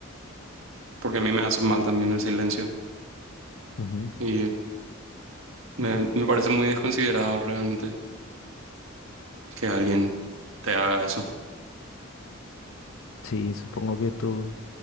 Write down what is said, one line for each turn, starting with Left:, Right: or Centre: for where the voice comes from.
Right: porque a mí me hace mal también el silencio.
Left: Ujú.
Right: Y me, me parece muy desconsiderado realmente que alguien te haga eso.
Left: Sí, supongo que tu